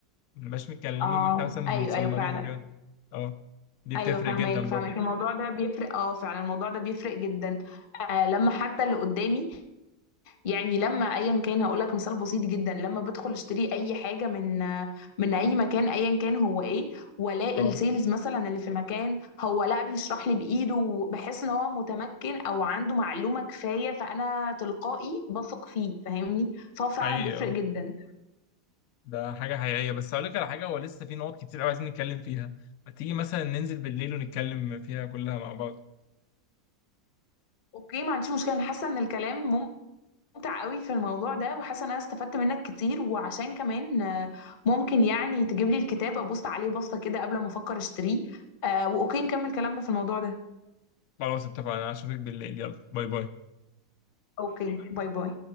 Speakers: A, on the left; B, on the left.
A: ما بنبقاش متكلمين
B: اه
A: ما احنا مثلا متسمرين
B: ايوه ايوه فعلا
A: وكده اه دي
B: ايوه
A: بتفرق
B: فاهمك
A: جدا برضو
B: فاهمك الموضوع ده بيفرق اه فعلا الموضوع ده بيفرق جدا آه لما حتى اللي قدامي يعني لما ايا كان هقول لك مثال بسيط جدا لما بدخل اشتري اي حاجه من من اي مكان ايا كان هو ايه والاقي
A: اه
B: السيلز مثلا اللي في المكان هو لا بيشرح لي بايده وبحس ان هو متمكن او عنده معلومه كفايه فانا تلقائي بثق فيه فاهمني فهو فعلا
A: حقيقي
B: بيفرق
A: اه
B: جدا
A: ده حاجة حقيقية بس هقول لك على حاجة هو لسه في نقط كتير قوي عايزين نتكلم فيها ما تيجي مثلا ننزل بالليل ونتكلم فيها كلها مع بعض
B: اوكي ما عنديش مشكله انا حاسه ان الكلام ممتع قوي في الموضوع ده وحاسه ان انا استفدت منك كتير وعشان كمان آه، ممكن يعني تجيب لي الكتاب ابص عليه بصه كده قبل ما افكر اشتريه آه، واوكي نكمل كلامنا في الموضوع ده
A: خلاص اتفقنا انا اشوفك بالليل يلا باي باي
B: اوكي باي باي